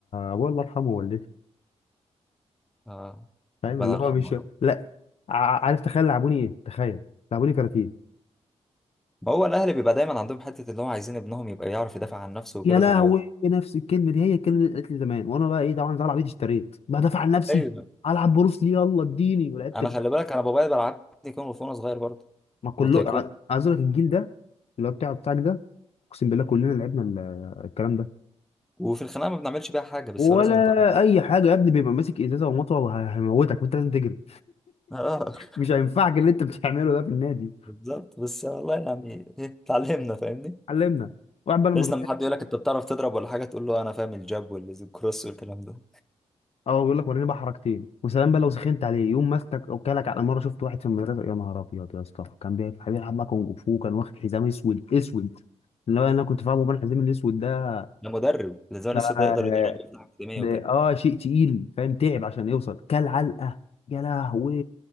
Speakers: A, on the left; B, in the centre.
A: ابويا الله يرحمه والدتي
B: آه.
A: فاهم
B: ربنا
A: اللي
B: يرحمه
A: هو مش لا ع- عارف تخيل لعبوني ايه تخيل لعبوني كاراتيه
B: هو الاهل بيبقى دايما عندهم حته اللي هو عايزين ابنهم يبقى يعرف يدافع عن نفسه وكده
A: يا لهوي
B: فبيودي
A: نفس الكلمه دي هي الكلمه اللي قالت لي زمان وانا بقى ايه طبعا زي العبيط اشتريت بدافع عن نفسي
B: ايوه
A: العب بروس لي يلا اديني ولعبت
B: انا خلي بالك انا بابايا بلعبني كونغ فو وانا صغير برضه
A: ما كله
B: وتايكوندو
A: ع- عايز اقول لك الجيل ده اللي هو بتاع بتاعك ده اقسم بالله كلنا لعبنا ال- الكلام ده
B: وفي الخناقه ما بنعملش بيها حاجه بس
A: ولا
B: هو لازم نتعلم
A: اي حاجه يا ابني بيبقى ماسك ازازه ومطوه وهيموتك وانت لازم تجري
B: <laughs> اه
A: مش هينفعك اللي انت بتعمله ده في النادي
B: بالظبط بس والله يعني ايه اتعلمنا فاهمني
A: علمنا واحد بقى لما
B: بس لما حد يقول لك انت بتعرف تضرب ولا حاجه تقول له انا فاهم الجاب والكروس والكلام ده
A: اه بيقول لك وريني بقى حركتين وسلام بقى لو سخنت عليه يوم ماسكك او كلك على مره شفت واحد في المدرسه يا نهار ابيض يا اسطى كان بيلعب بيلعب بقى كونج فو كان واخد حزام اسود اسود اللي هو انا كنت فاهمه بقى الحزام الاسود ده
B: انا مدرب لازم
A: ده
B: لسه ده يقدر يدرب يفتح اكاديميه
A: ده
B: وكده
A: اه شيء تقيل فاهم تعب عشان يوصل كل علقه يا لهوي